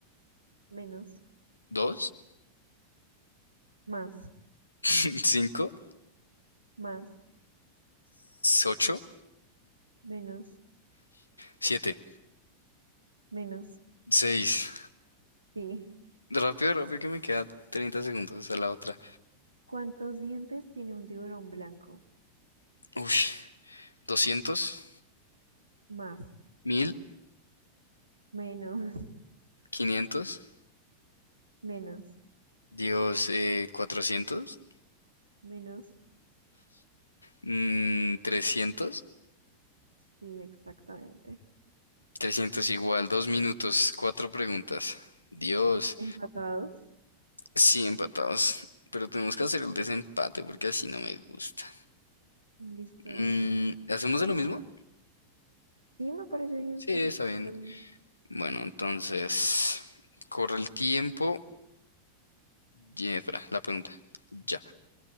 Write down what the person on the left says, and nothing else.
dos
<laughs> cinco
ocho
siete
seis
Rápido, rápido, que me queda 30 segundos a la otra.
Uy, doscientos,
mil,
quinientos,
Dios, eh, 400,
mm, 300,
300 igual, dos minutos, cuatro preguntas. Dios,
sí, empatados. Pero tenemos que hacer el desempate porque así no me gusta.
Mm,
¿hacemos
de lo mismo?
Sí,
está bien.
Bueno, entonces, corre el tiempo. Y, espera, la pregunta. Ya.